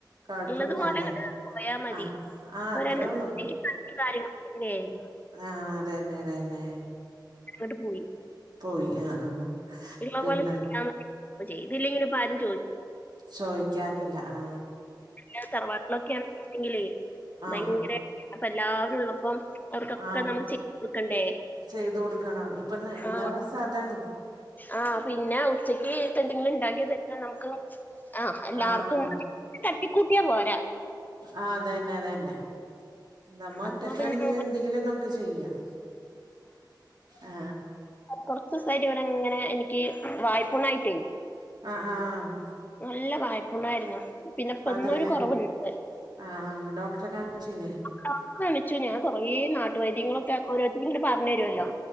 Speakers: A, on the right; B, on the left.
A: കൊഴപ്പല്ല
B: ഉള്ളതുപോലെ
A: അതന്നെ
B: അങ്ങട്ട് പോയാ മതി
A: ആ ആ
B: അപ്പൊ
A: അത്രേ
B: രണ്ട
A: ഉള്ളൂ
B: <inaudible> കാര്യങ്ങന്നെയിരുന്നു.
A: ആഹ് അതന്നെ തന്നെ
B: ഇങ്ങോട്ട് പോയി
A: പോയി ആ ആ ആ
B: ഇള്ള
A: പിന്നെ
B: പോലെ <inaudible> ചെയ്തില്ലെങ്കിലും ഇപ്പം ആരും
A: ചോയിക്കാനില്ല ആ
B: ആ തറവാട്ടിലൊക്കെയ ആണ് ണ്ടെങ്കില്
A: ആ
B: ഭയങ്കര
A: ആ
B: അപ്പ എല്ലാവരുള്ളപ്പം അവർക്കൊക്കെ
A: ആ
B: നമ്മൾ ചെയ്തൊടുക്കണ്ടേ
A: ചെയ്ത് കൊടുക്കണം ഇപ്പ എന്താ
B: ആ
A: അവസ്ഥ അതാണ്
B: ആ പിന്നെ ഉച്ചയ്ക്ക് ന്തെങ്കിലും ഉണ്ടാക്കിയ നമുക്ക് ആ എല്ലാർക്കും
A: ആ
B: തട്ടിക്കൂട്ടിയാ പോരാ
A: ആ അതന്നെ തന്നെ നമ്മ ഒറ്റക്കാണെങ്കിൽ
B: അപ്പൊ പിന്നെ
A: എന്തെങ്കിലും നമുക്ക് ചെയ്യാം ആ
B: കൊറച്ചവസമായിട്ട് ഇവിടെങ്ങനെ എനിക്ക് വായ്പുണായിട്ടേ
A: ആ ആഹ്
B: നല്ല വായ്പുണ്ണായിരുന്നു പിന്നെ ഇപ്പൊ
A: അതല്ലെ
B: ഇന്നൊരു കുറവുണ്ട്
A: ആ ആ ഡോക്ടറെ കാണിച്ചില്ലേ?
B: ഡോക്ടറെ കാണിച്ചു ഞാൻ കൊറേ നാട്ടുവൈദ്യങ്ങളൊക്കെ ഓരോരുത്തരുങ്ങനെ പറഞ്ഞുരുല്ലോ